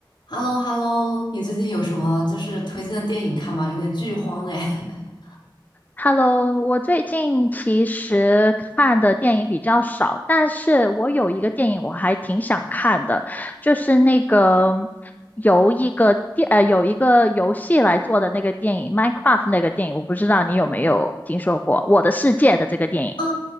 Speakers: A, on the left; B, on the left.
A: h e l l o h e l l o 你最近有什么就是推荐的电影看吗？有点剧荒哎。<laughs>
B: Hello，我最近其实看的电影比较少，但是我有一个电影我还挺想看的，就是那个由一个电呃有一个游戏来做的那个电影《Minecraft》那个电影，我不知道你有没有听说过《我的世界》的这个电影。
A: 啊，